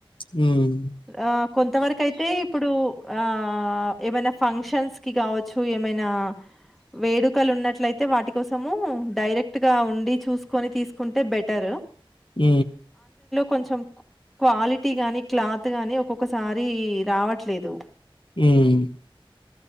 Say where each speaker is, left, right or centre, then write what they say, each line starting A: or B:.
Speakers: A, on the left; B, in the centre.
A: హ్మ్.
B: ఆ కొంతవరకు అయితే ఇప్పుడు ఆ ఏమైనా ఫంక్షన్స్ కి కావచ్చు ఏమైనా వేడుకలు ఉన్నట్లయితే వాటి కోసము డైరెక్ట్ గా ఉండి చూసుకొని తీసుకుంటే బెటర్
A: మ్మ్
B: కొంచెం క్వాలిటీ గాని క్లాత్ గానీ ఒక్కొక్కసారి రావట్లేదు
A: ఊమ్